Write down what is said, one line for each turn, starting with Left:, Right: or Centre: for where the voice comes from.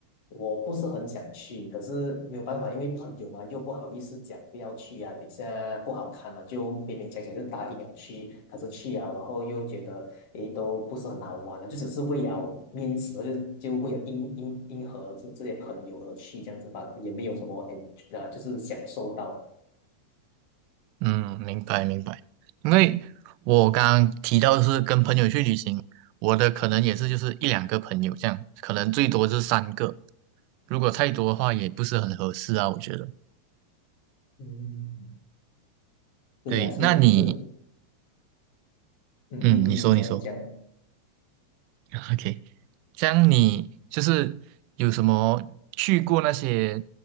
Left: 我不是很想去，可是没有办法，因为朋友嘛，又不好意思讲不要去啊，等一下不好看了，就勉勉强强就答应了去，可是去啊，然后又觉得，诶，都不是很好玩的，就只是为了面子，然后就就为了迎迎迎合这这些朋友而去，这样子吧，也没有什么，诶，啊，就是享受到。
Right: 嗯，明白明白。因为我刚刚提到是跟朋友去旅行，我的可能也是就是一两个朋友这样，可能最多是三个。如果太多的话，也不是很合适啊，我觉得。
Left: 嗯，对呀、
Right: 对，
Left: 是是，
Right: 那你，
Left: 嗯，
Right: 嗯，
Left: 你你你讲你讲，
Right: 你说你说 <laughs>，OK。这样你就是有什么去过那些